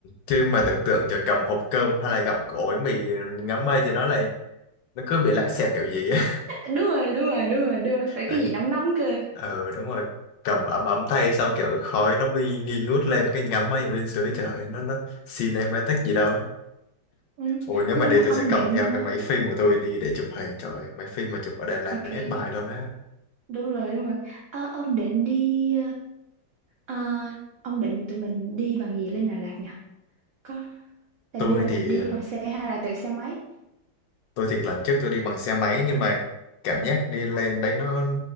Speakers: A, on the left (about 75°); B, on the right (about 80°).
A: Chứ mà tưởng tượng giờ cầm hộp cơm hay là gặm cổ bánh mì ngấm mây thì nó lại nó cứ bị lãng xẹt kiểu gì <laughs>
B: đúng rồi đúng rồi đúng rồi đúng rồi phải cái
A: đấy
B: gì nóng nóng cơ
A: ừ đúng rồi cầm ấm ấm tay xong kiểu khói nó bị nghi ngút lên cái ngắm máy ở bên dưới trời ơi, nó nó cinematic gì đâu á
B: ừ.
A: ôi nếu
B: nhưng
A: mà đi
B: mà
A: tôi
B: ông
A: sẽ cầm
B: định
A: theo cái máy phim của tôi đi để chụp hình trời ơi, máy phim mà chụp ở Đà Lạt
B: ok
A: là hết bài luôn á
B: đúng rồi đúng rồi Ờ, ông định đi ờ, ông định tụi mình đi bằng gì lên Đà Lạt nhỉ có định
A: tôi
B: đi bằng
A: thì
B: gì đi bằng xe hay là tự xe máy
A: tôi thì lần trước tôi đi bằng xe máy nhưng mà cảm giác đi lên đấy nó